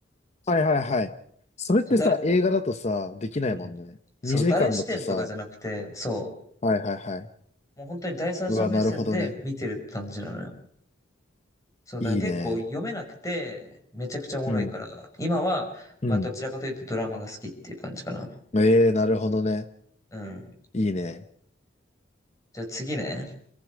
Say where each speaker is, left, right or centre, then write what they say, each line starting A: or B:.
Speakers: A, on the left (about 35°); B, on the left (about 15°).
A: はいはいはい。それってさ、
B: そう、誰、
A: 映画だとさ、できないもんね。
B: うん。そう、
A: 2時間だとさ、
B: 誰視点とかじゃなくて、そ
A: はいはいはい。
B: う。もう本当に第三者目線で見てるって感じなのよ。
A: うわ、なるほどね。
B: そう、だから結構読めなくて、
A: いいね。
B: めちゃくちゃおもろいから、
A: うん。
B: 今は、
A: うん。
B: まあどちらかというとドラマが好きっていう感じかな。
A: ええ、なるほどね。
B: うん。
A: いいね。
B: じゃあ次ね。